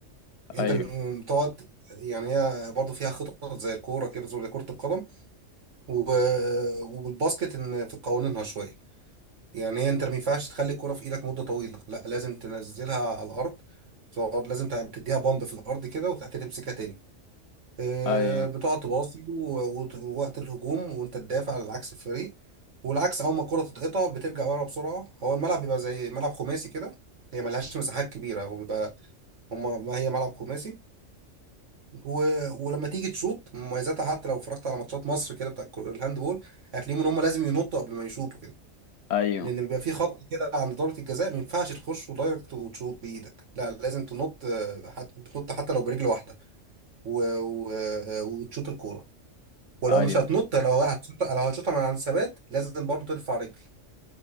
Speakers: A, on the right; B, on the left.
A: انت
B: ايوه
A: بتقعد يعني هي برضه فيها خطط زي الكوره كده زي كره القدم و... والباسكت ان في قوانينها شويه يعني هي انت ما ينفعش تخلي الكره في ايدك مده طويله لا لازم تنزلها على الارض تقعد لازم تع- تديها بامب في الارض كده وبعد كده تمسكها تاني آه،
B: ايوه
A: بتقعد تباصي و- وت- ووقت الهجوم وانت تدافع على عكس الفريق والعكس اول ما الكرة تتقطع بترجع ورا بسرعة هو الملعب بيبقى زي ملعب خماسي كده هي ملهاش مساحات كبيرة وبيبقى هما ما هي ملعب خماسي و... ولما تيجي تشوط مميزاتها حتى لو اتفرجت على ماتشات مصر كده بتاع الكرة- الهاندبول هتلاقيهم ان هما لازم ينطوا قبل ما يشوطوا كده
B: ايوه
A: لان بيبقى في خط كده عند ضربة الجزاء ما ينفعش تخش دايركت وتشوط بايدك لا لازم تنط آه، حت... بتنط حتى لو برجل واحدة و... و... آه، وتشوط الكورة ولو
B: ايوه
A: مش هتنط لو هتشوطها لو هتشوطها من على الثبات لازم برضه ترفع رجل